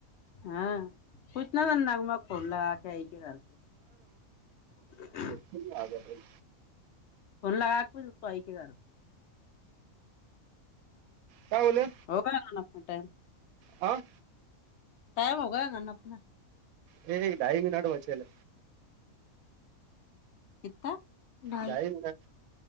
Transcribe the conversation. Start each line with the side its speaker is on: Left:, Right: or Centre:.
Left: हा. कुच्छ ना त्यांना मग फोन लग गई के <unintelligible>
Right: क आग <unintelligible>
Left: फोन लगा कूछ पाईय का करो.
Right: काय बोले?
Left: होव का ना ना आपना टाइम
Right: हां.
Left: टाईम होगंया ना आपना
Right: हे डाईंग नॉट वचेल
Left: किता धाई
Right: ढाई मिनट